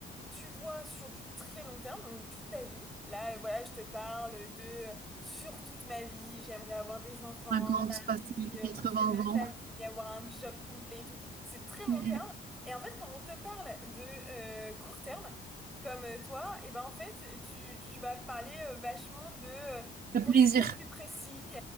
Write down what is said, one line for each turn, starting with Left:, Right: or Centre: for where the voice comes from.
Centre: tu vois sur du très long terme, donc toute ta vie. Là, euh, voilà, je te parle de euh, sur toute ma vie, j'aimerais avoir des enfants,
Right: 50,
Centre: un
Right: 60,
Centre: mari, euh,
Right: 80
Centre: profiter de ma
Right: ans.
Centre: famille, avoir un job qui me plaît et tout. C'est très long
Right: Mm,
Centre: terme.
Right: mm.
Centre: Et en fait, quand on te parle de euh, court terme, comme euh, toi, et ben en fait, tu, tu vas parler euh, vachement de euh, projets
Right: Le plaisir.
Centre: bien plus précis,